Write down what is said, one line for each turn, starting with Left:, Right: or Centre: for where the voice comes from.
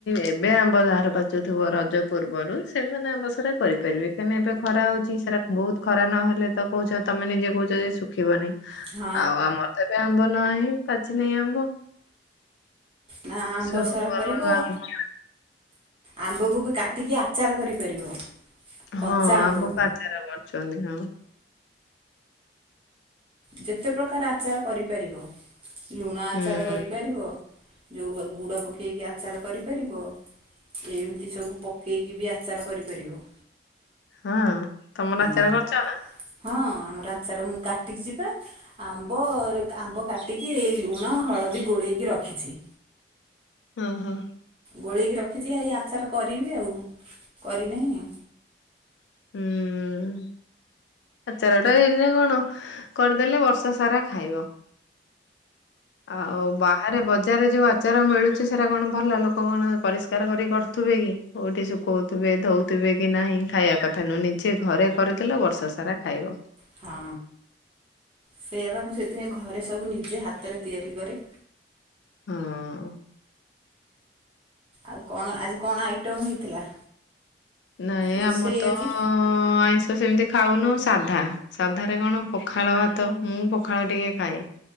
Left: ଏବେ ଆମ୍ବ ଯାହାର ପାଚୁଥିବ ରଜ ପୂର୍ବରୁ ସେମାନେ ଆମ୍ୱସରା କରିପାରିବେ କାହିଁକିନା ଏବେ ଖରା ହଉଛି ସେଟା ବହୁତ ଖରା ନହେଲେ ତ କହୁଛନ୍ତି ତମେ ନିଜେ କହୁଛ ଯେ ଶୁଖିବନି
Right: ହଁ
Left: ଆଉ ଆମର ତ ଏବେ ଆମ୍ବ ନାହିଁ ପାଚ ନେଇ ଆମ୍ବ।
Right: ନା ଆମ୍ବସରା
Left: ସବୁ ଭଲ
Right: କରିବ
Left: <inaudible>
Right: ଆମ୍ବକୁ ବି କାଟିକି ଆଚାର କରିପାରିବ। କଞ୍ଚା
Left: ହଁ
Right: ଆମ୍ବକୁ
Left: ଆମ୍ୱକୁ ଆଚାର କରୁଛନ୍ତି ହଁ।
Right: ଯେତେ ପ୍ରକାର ଆଚାର କରିପାରିବ ଲୁଣ
Left: ହୁଁ
Right: ଆଚାର କରିପାରିବ। ଯୋଉ ଆ ଗୁଡ ପକେଇକି ଆଚାର କରିପାରିବ। ଏମତି ସବୁ ପକେଇକି ବି ଆଚାର କରିପାରିବ।
Left: ହଁ ତମର
Right: ହୁଁ
Left: ଆଚାର କରଚ ନା?
Right: ହଁ ଆମର ଆଚାର ମୁଁ କାଟିକି ଯିବା ଆମ୍ବର ଆମ୍ବ କାଟିକି ଲୁଣ, ହଳଦୀ ଗୋଳେଇକି ରଖିଚି।
Left: ଓହୋ।
Right: ଗୋଳେଇକି ରଖିଚି ଆ ଏଇ ଆଚାର କରିବି ଆଉ କରିନେଇଁ।
Left: ହୁଁଉଁ। ଆଚାରଟା ଏଇନା କଣ କରିଦେଲେ ବର୍ଷ ସାରା ଖାଇବ। ଆଉ ବା ଆରେ ବଜାରରେ ଯେଉଁ ଆଚାର ମିଳୁଚି ସେରା କଣ ଭଲ ଲୋକ କଣ ପରିଷ୍କାର କରିକି କରଥୁବେ କି। କୋଉଠି ଶୁକୋଉଥୁବେ ଧୋଉଥୁବେ କି ନାହିଁ ଖାଇବା କଥା ନୁହଁ ନିଜେ ଘରେ କରିଦେଲେ ବର୍ଷ ସାରା ଖାଇବ।
Right: ହଁ ସେଇଆପା ମୁଁ ସେଇଥିପାଇଁ ଘରେ ସବୁ ନିଜେ ହାତରେ ତିଆରି କରେ।
Left: ହୁଁ।
Right: ଆଉ କଣ ଆଜି କଣ ଆଇଟମ ହେଇଥିଲା?
Left: ନାଇଁ
Right: ରୋଷେଇ
Left: ଆମର ତ
Right: ଆଜି?
Left: ଆଇଁଷ ସେମତି ଖାଉନୋଉ ସାଧା। ସାଧାରେ କଣ ପଖାଳ ଭାତ ମୁଁ ପଖାଳ ଟିକେ ଖାଏ।